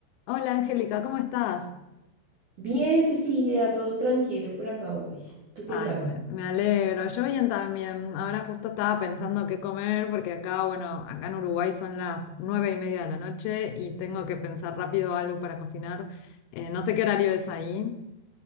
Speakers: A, on the left; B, on the right.
A: Hola Angélica, ¿cómo estás?
B: Bien, Cecilia, todo tranquilo por acá hoy. ¿Tú qué
A: Ay,
B: tal?
A: me, me alegro. Yo bien también. Ahora justo estaba pensando qué comer porque acá, bueno, acá en Uruguay son las nueve y media de la noche y tengo que pensar rápido algo para cocinar. Eh, no sé qué horario es ahí.